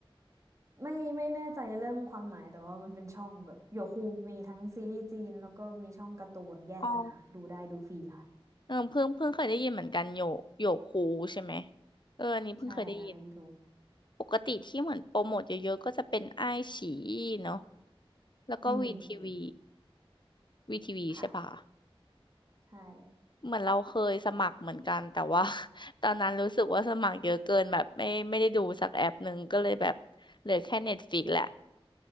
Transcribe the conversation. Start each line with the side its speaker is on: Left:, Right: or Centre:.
Right: ไม่ไม่แน่ใจเรื่องความหมายแต่ว่ามันเป็นช่องแบบโยคูมีทั้งซีรีส์จีนแล้วก็มีช่องการ์ตูนแยกต่างหากดูได้ดูฟรีค่ะ
Left: อ๋อเออเพิ่งเพิ่งเคยได้ยินเหมือนกันโยโยคูใช่ไหมเอออันนี้เพิ่งเคยได้ยิน
Right: ใช่ค่ะใน YouTube
Left: ปกติที่เหมือนโปรโมทเยอะๆก็จะเป็นอ้ายฉีเนาะ แล้วก็วีทีวี
Right: อืม
Left: วีทีวีใช่ปะ
Right: ค่ะใช่
Left: เหมือนเราเคยสมัครเหมือนกันแต่ว่า <laughs> ตอนนั้นรู้สึกว่าสมัครเยอะเกินแบบไม่ไม่ได้ดูสักแอปหนึ่งก็เลยแบบเหลือแค่เน็ตฟ i ิกแหละ